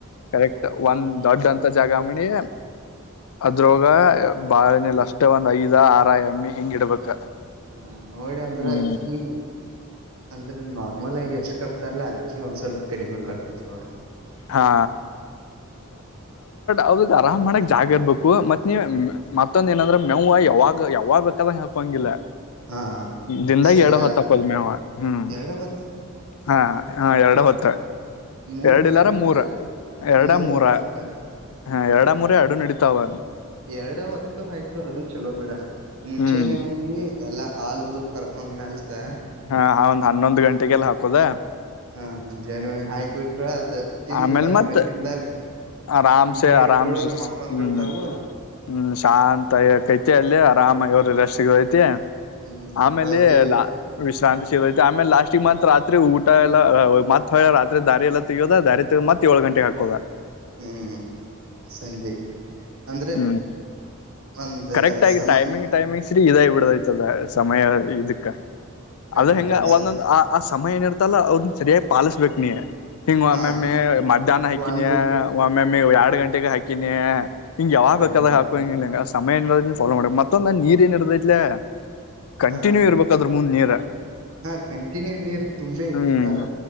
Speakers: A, on the left (about 80°); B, on the right (about 75°).
A: ಕರೆಕ್ಟ್ ಒಂದ್ ದೊಡ್ಡ ಅಂತ ಜಾಗಮಿ ಅದ್ರೋಗ ಬಾಳೆನ ಅಷ್ಟ ಒಂದು ಐದು ಇದ ಆರಎಮ್ಮಿ ಹಿಂಗ ಇಡ್ಬೇಕ
B: ಹ್ಮ ನೋಡಿ ಅಂದ್ರೆ
A: ಹ್ಮ್
B: ಈ ಅಂದ್ರೆ ನಾರ್ಮಲ್ ಆಗಿ ಎಷ್ಟ್ ಕಟ್ತಾರಲ್ಲಾ ಅದಕ್ಕಿ ಒಂದ್ ಸ್ವಲ್ಪ ಕಡಿಮೆ ಕಟ್ಟದ್ ನೋಡ
A: ಹಾ ಅವ್ರಾಗ ಆರಾಮ್ ಮಾಡಕ್ ಜಾಗ ಇರ್ಬೇಕು ಮತ್ ನೀವ ಮತ್ತೊಂದ ಏನಂದ್ರೆ ಮೇವ ಯಾವಾಗ ಯಾವಾಗ್ ಬೇಕಾದಂಗ ಹಾಕಂಗಿಲ್ಲ
B: ಹಾ
A: ದಿಂದಾಗ
B: ಸರಿ
A: ಎರಡು ಹೊತ್ತ
B: ಅದ್
A: ಹಾಕೊವ ಮೇವ ಹ್ಮ್
B: ಎರಡು ಹೊತ್ತ
A: ಹಾ ಹಾ ಎರಡು ಹೊತ್ತ
B: ಮೂರ್
A: ಎರಡು
B: ಹೊತ್ತ
A: ಇಲ್ಲಾರ
B: ಹಾಕಲ್ಲ
A: ಮೂರ ಎರಡ
B: ಮೂರ್
A: ಮೂರ
B: ಹೊತ್ತ ಹಾಕಾರ
A: ಹ ಎರಡ
B: ಹ್ಮ್
A: ಮೂರ ಎರಡು ನೆಡಿ ತ್ತವ
B: ಎರಡು ಹೊತ್ತು ಹೈಕೋ ಅದು ಚಲೋ ಬಿಡ ಮುಂಚೆನೆವ
A: ಹ್ಮ್
B: ಎಮ್ಮಿ ಎಲ್ಲಾ ಹಾಲದು ಕರ್ಕೊಂಡ್ಮೇಲೆ ಮತ್ತೆ
A: ಹಾ ಒಂದ್ ಹನ್ನೊಂದು್ ಗಂಟೆಗೆಲ್ಲ ಹಾಕುದ
B: ಹಾ ಮುಂಜಾನೆ ಒಂದು ಹಾಕ್ ಬಿಟ್ರ ಅದ ತಿಂದ
A: ಆಮೇಲ್ ಮತ್
B: ಮಧ್ಯ್ಯಾನ್ದಾಗ
A: ಆರಾಮ್ಸೆ
B: ನೀರ್
A: ಆರಾಮ್ಸೆ
B: ಕುಡದ್ ಮಕೊಂಡ್
A: ಹ್ಮ್
B: ಬಿಡ್ತಾವ
A: ಹ್ಮ್ ಶಾಂತ ಆಯಕೈತಿ ಅಲ್ಲಿ ಆರಾಮ ಇವರು ರೆಸ್ಟ್ಗೆ ಐತಿ
B: ಹ್ಮ್
A: ಆಮೇಲೆ
B: ಹಳ್ಳಿ
A: ಲಾಸ್ಟ ವಿಶ್ರಾಂತಿ ಸಿಗೈತೆ ಆಮೇಲೆ ಲಾಸ್ಟ್ ಮಂತ್ ರಾತ್ರಿ ಊಟ ಎಲ್ಲ ಮತ್ ಹೊರಾತ್ರಿ ದಾರಿ ಎಲ್ಲ ತಗೋದ ದಾರಿ ತಗ ಮತ್ತತ್ ಏಳ ಗಂಟೆಗೆ ಹಾಕದ
B: ಹ್ಮ್ ಸಂಜೆ ಅಂದ್ರೆ
A: ಹ್ಮ್
B: ಒಂದ
A: ಕರೆಕ್ಟ್ ಆಗಿ
B: ಸಮ
A: ಟೈಮಿಂಗ್ ಟೈಮಿಂಗ್ ಸರಿ ಇದ ಬಿಡದಯ್ತದ ಸಮಯ ಇದಕ್ಕ
B: ಸಮಯನಲ್ಲ
A: ಅದು ಹೆಂಗ
B: ಸ-
A: ಒಂದೊಂದು ಆ ಆ ಸಮಯಏನಿರ್ತಲ್ಲ ಅವ್ರನ್ನ ಸರಿಯಾಗಿ ಪಾಲಿಸ್ಬೇಕು ಹಿಂಗ್ ಒಮ್ಮಮ್ಮಿ
B: ಹಾ
A: ಮಧ್ಯಾಹ್ನ ಹಕನಿಯ
B: ಒಂದು
A: ಒಮ್ಮೊಮ್ಮೆ ಯಾರ ಎರಡು ಗಂಟೆಗೆ ಹಾಕಿನಿ ಹಿಂಗ್ ಯಾವಾಗ
B: ಕನ
A: ಬೇಕಾದಾಗ ಹಾಕ ಹಂಗ ಸಮಯಏನಿರೋ ಫಾಲೋ ಮಾಡಕ್ ಮತ್ತೊಂದ ನೀರ್ ಏನ ಇರದೈಲೆ ಕಂಟಿನ್ಯೂ
B: ಹ
A: ಇರ್ಬೇಕಾದ್ರದು ತನ್ನ ನೀಡರ
B: ಹಾ ಕಂಟಿನ್ಯೂ ನೀರ್ ತುಂಬೆ ಇಟ್ಟಿರ್ತಾರೆ
A: ಹ್ಮ್